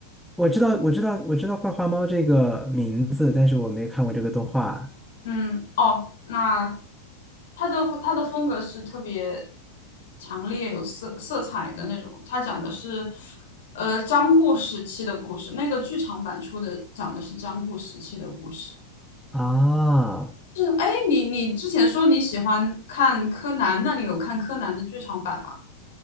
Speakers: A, in the centre; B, on the left.
A: 我知道，我知道，我知道《怪花猫》这个名字，但是我没看过这个动画
B: 嗯，哦，那他的他的风格是特别强烈有色色彩的那种。他讲的是，呃，江户时期的故事。那个剧场版出的讲的是江户时期的故事。
A: 啊。
B: 哎，你你之前说你喜欢看柯南，那你有看柯南的剧场版吗？